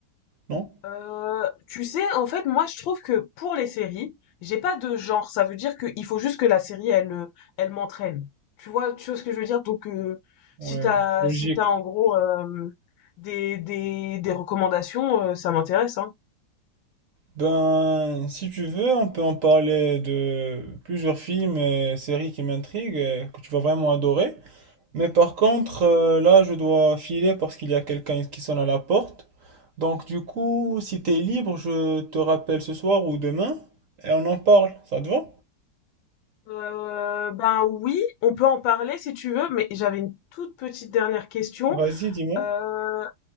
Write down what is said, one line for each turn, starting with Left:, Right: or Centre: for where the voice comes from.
Right: non?
Left: Euh, tu sais, en fait, moi, je trouve que pour les séries, j'ai pas de genre. Ça veut dire qu'il faut juste que la série, elle, euh, elle m'entraîne. Tu vois, tu vois ce que je veux dire? Donc, euh,
Right: Ouais,
Left: si t'as,
Right: logique.
Left: si t'as en gros euh, des, des, des recommandations, euh, ça m'intéresse, hein.
Right: Ben, si tu veux, on peut en parler de plusieurs films et séries qui m'intriguent et que tu vas vraiment adorer. Mais par contre, euh, là, je dois filer parce qu'il y a quelqu'un qui sonne à la porte. Donc, du coup, si t'es libre, je te rappelle ce soir ou demain et on en parle. Ça te va?
Left: Euh, ben oui, on peut en parler si tu veux, mais j'avais une toute petite dernière question.
Right: Vas-y, dis-moi.
Left: Euh,